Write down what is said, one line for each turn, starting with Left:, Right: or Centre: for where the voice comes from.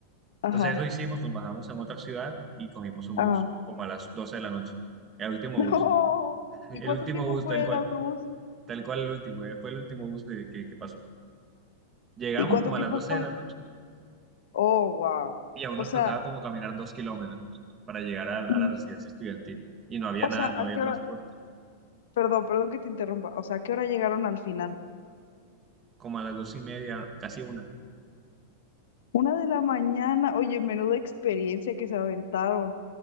Left: Ajá,
Right: Entonces eso hicimos, nos bajamos en otra ciudad y cogimos un
Left: ajá.
Right: bus, como a las 12 de la noche, el
Left: <laughs>
Right: último
Left: No.
Right: bus, <laughs> el
Left: ¿Y cuánto
Right: último
Left: tiempo
Right: bus
Left: fue
Right: tal cual.
Left: el autobús?
Right: Tal cual el último, eh, Fue el último bus de, que, que pasó. Llegamos
Left: ¿Y cuánto
Right: como
Left: tiempo
Right: a las 12
Left: fue?
Right: de la noche
Left: Oh, wow.
Right: y aún
Left: O
Right: nos
Left: sea,
Right: faltaba como caminar dos kilómetros para llegar a, a
Left: mm,
Right: la residencia estudiantil. Y no había
Left: o
Right: nada,
Left: sea,
Right: no
Left: ¿a
Right: había
Left: qué
Right: transporte.
Left: hora? Perdón, perdón que te interrumpa. O sea, ¿a qué hora llegaron al final?
Right: Como a las dos y media, casi una.
Left: Una de la mañana, oye, menuda experiencia que se aventaron.